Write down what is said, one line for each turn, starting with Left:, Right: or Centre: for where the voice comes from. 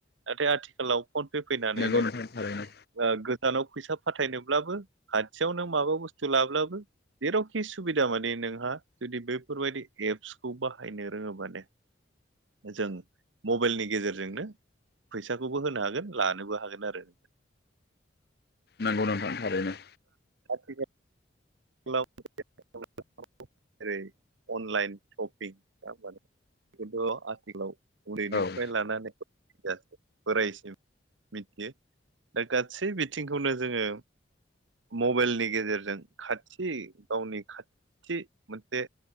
Right: नाथाय आथिखालाव फनपे फैनानै
Left: नंगौ
Right: नों
Left: नोंथां थारैनो
Right: ओ गोजानाव फैसा फाथायनोब्लाबो खाथियावनो माबा बुस्थु लाब्लाबो जेरावखि सुबिदा माने नोंहा जुदि बेफोरबायदि एप्सखौ बाहायनो रोङोबानोे जों मबाइलनि गेजेरजोंनो फैसाखौबो होनो हागोन लानोबो हागोन आरो
Left: नांगौ नंथां थारैनो
Right: स <unintelligible> हेलौ जेरै अनलाइन सपिं नंआहोनबा बेथ' आथिखालाव उन्दैनिफ्राय
Left: औ
Right: लानानै फ बोरायसिम मिथियो दा गासै बिथिंखौनो जोङो मबाइलनि गेजेरजों खाथि गावनि खाथि मोनसे